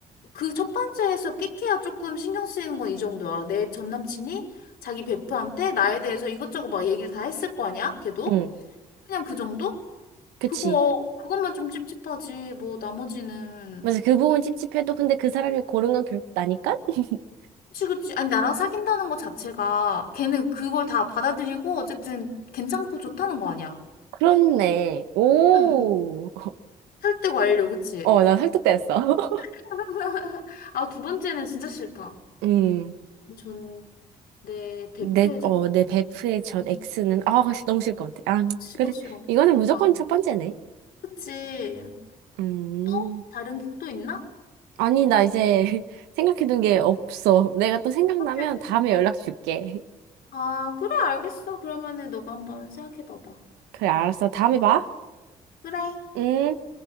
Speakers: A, on the left; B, on the right.
A: 그 첫 번째에서 끽해야 조금 신경 쓰이는 건 이 정도야. 내 전 남친이 자기 베프한테 나에 대해서 이것저것 막 얘기를 다 했을 거 아니야? 걔도?
B: 응,
A: 그냥 그 정도?
B: 그치.
A: 그거, 그것만 좀 찝찝하지. 뭐, 나머지는.
B: 맞아 그 부분 찝찝해도 근데 그 사람이 고른 건 결국 나니까? <laughs>
A: 그치, 그치. 아니, 나랑 사귄다는 거 자체가 걔는 그걸 다 받아들이고 어쨌든 괜찮고 좋다는 거 아니야.
B: 그렇네. 오.
A: 응. 설득 완료, 그치?
B: 어, 나 설득됐어. <laughs>
A: <laughs> 아, 두 번째는 진짜 싫다.
B: 음.
A: 전, 내 대표의
B: 내,
A: 전,
B: 어, 내 베프의 전
A: 음,
B: X는, 아, 너무 싫을 것 같아. 아,
A: 싫어,
B: 그래.
A: 싫어.
B: 이거는 무조건
A: 이거 안.
B: 첫 번째네.
A: 그치.
B: 음.
A: 또? 다른 곡도 있나?
B: 아니, 나 이제 <laughs> 생각해둔 게 없어. 내가 또 생각나면
A: 근데,
B: 다음에 연락 줄게.
A: 아, 그래, 알겠어. 그러면은 너가 한번 생각해 봐봐.
B: 그래, 알았어. 다음에 봐.
A: 그래,
B: 음.